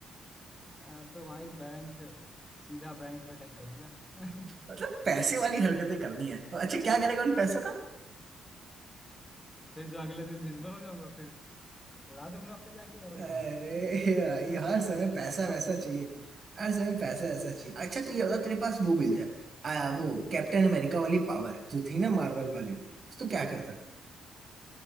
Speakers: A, on the left (about 20°); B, on the right (about 45°).
A: मैं तो भाई बैंक सीधा बैंक में अटैक करूंगा <laughs>
B: मतलब पैसे वाली हरकतें करनी है तो अच्छा क्या करेगा उन पैसों का
A: फिर जो अगले दिन विजिबल हो जाऊंगा फिर उड़ा दूंगा फिर जाके और
B: अरे
A: क्या
B: भाई हर समय
A: ऐसा ही
B: पैसा
A: पैसा
B: वैसा चाहिए हर समय पैसा वैसा चाहिए अच्छा तो ये होगा तेरे पास वो मिल जाए आ, वो कैप्टन अमेरिका वाली पावर जो थी ना मार्वल वाली तो क्या करता